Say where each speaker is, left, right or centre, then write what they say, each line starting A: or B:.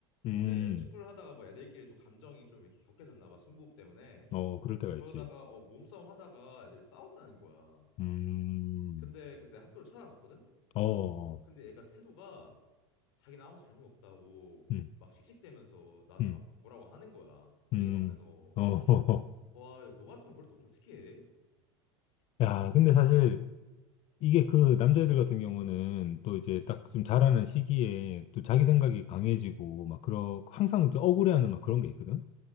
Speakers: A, on the left; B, on the left.
A: 음,
B: 근데 축구를 하다가 뭐 애들끼리 또 감정이 좀 이렇게 격해졌나 봐, 승부욕 때문에.
A: 어, 그럴 때가
B: 그러다가,
A: 있지.
B: 어, 몸싸움 하다가 애들이 싸웠다는 거야.
A: 음,
B: 근데 그래서 내가 학교를 찾아갔거든?
A: 어, 어,
B: 근데 애가 태도가 자기는 아무 잘못 없다고
A: 음,
B: 막 씩씩대면서 나한테
A: 음,
B: 막 뭐라고 하는 거야. 선생님
A: 음,
B: 앞에서.
A: 어, <laughs>
B: 와, 야, 너 같으면 그럴 때 어떻게 해?
A: 야, 근데 사실 이게 그 남자애들 같은 경우는 또 이제 딱
B: 음.
A: 좀 자라는 시기에 또 자기 생각이 강해지고 막 그런, 항상 좀 억울해하는 막 그런 게 있거든?